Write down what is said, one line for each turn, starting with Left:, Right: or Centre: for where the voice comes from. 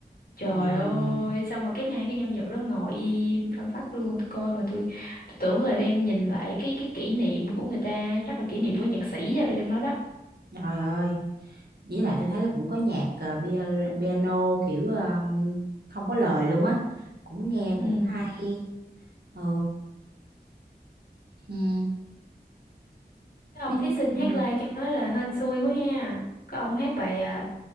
Left: Trời
Right: À,
Left: ơi, xong mà cái hai cái nhân vật đó ngồi im phăng phắc luôn, tôi coi mà tôi, tôi tưởng là đang nhìn lại cái cái kỷ niệm của người ta, chắc là kỷ niệm của nhạc sĩ ra rồi trong đó đó.
Right: trời ơi. Với lại tôi thấy là cũng có nhạc ờ, piano, piano kiểu um, không có lời luôn á. Cũng nghe
Left: Ừ.
Right: cũng hay. Ừ. Ừ.
Left: Cái ông
Right: Chứ-
Left: thí sinh
Right: Ừ.
Left: hát live trong đó là hên xui quá ha. Có ông hát bài à,